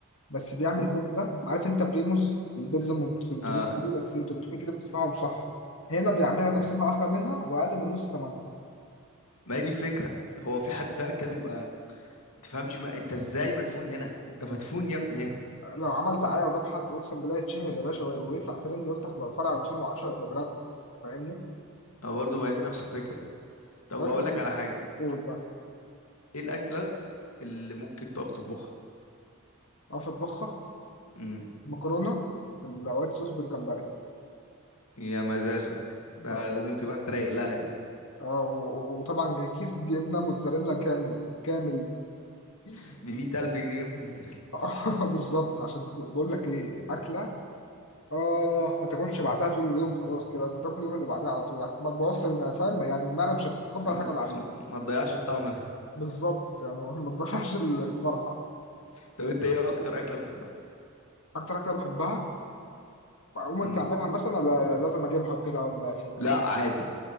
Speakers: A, on the left; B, on the left.
A: بس بيعمل بيتزا عارف انت بريموز البيتزا ام 300
B: اه
A: جنيه بس 300 جنيه بتدفعهم صح هنا بيعملها نفسها
B: آه.
A: واحلى منها واقل من نص ثمنها
B: ما هي دي الفكره هو في حد فعلا كده بيبقى ما تفهمش ما انت ازاي مدفون هنا انت مدفون يا ابني هنا
A: لو عمل دعايه وجاب حد اقسم بالله يتشهر يا باشا وي- ويطلع ترند ويفتح بقى فرع واتنين وعشرة يبقى براند انت فاهمني؟
B: اه برضه ما هي دي نفس الفكره طب
A: لو انت
B: اقول لك على حاجه
A: بتقول بقى
B: ايه الاكله اللي ممكن تقف تطبخها
A: اقف اطبخها
B: امم
A: مكرونه بالوايت صوص بالجمبري
B: يا مزاجك ده
A: اه
B: لازم تبقى انت رايق لها دي
A: اه و- و- وطبعا كيس جبنه موتزاريلا كامل كامل
B: <laughs>
A: <laughs>
B: ب 100000 ألف جنيه جبنه موتزاريلا
A: اه بالظبط عشان بقول لك ايه اكله اه ما تاكلش بعدها طول اليوم خلاص كده انت تاكل اليوم اللي بعدها على طول عشان ما تبوظش الم- فاهم يعني المعده مش هتتقبل
B: <laughs>
A: حاجه بعدين
B: عشان ما تضيعش الطعم ده
A: بالظبط يعني ما تضيعش ال- الفرحه
B: <laughs> طب انت ايه اكتر اكله بتحبها
A: اكتر اكله بحبها امي
B: امم
A: بتعملها مثلا ولا لازم اجيبها وكده ولا ايه
B: لا عادي